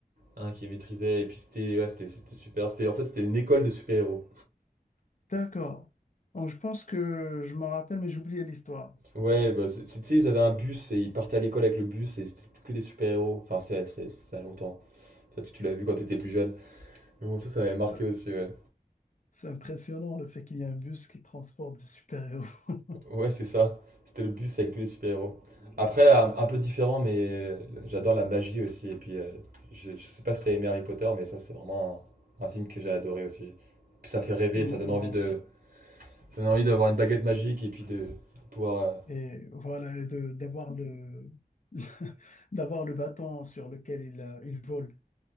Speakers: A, on the right (about 70°); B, on the left (about 55°).
A: un qui maîtrisait. Et puis c'était ouais, c'était c'était super. C'était, en fait, c'était une école de super-héros.
B: D'accord. Donc je pense que je m'en rappelle, mais j'oubliais l'histoire.
A: Ouais, bah, c'est- tu sais, ils avaient un bus et ils partaient à l'école avec le bus et c'était que des super-héros. Enfin, c'était, c'est- c'était ça a longtemps. Peut-être que tu l'as vu quand t'étais plus jeune. Mais bon, ça, ça m'avait marqué
B: Bah,
A: aussi, ouais.
B: C'est impressionnant le fait qu'il y a un bus qui transporte des super-héros. <laughs>
A: Ouais, c'est ça. C'était le bus avec tous les super-héros. Après, un, un peu différent, mais j'adore la magie aussi. Et puis, euh, je, je sais pas si t'as aimé Harry Potter, mais ça, c'est vraiment un, un film que j'ai adoré aussi. Puis ça fait rêver,
B: Moi
A: ça donne
B: moi
A: envie
B: aussi.
A: de, ça donne envie d'avoir une baguette magique et puis de, de pouvoir. euh,
B: Et voilà, et de- d'avoir le, <laughs> d'avoir le bâton sur lequel il, euh, il vole.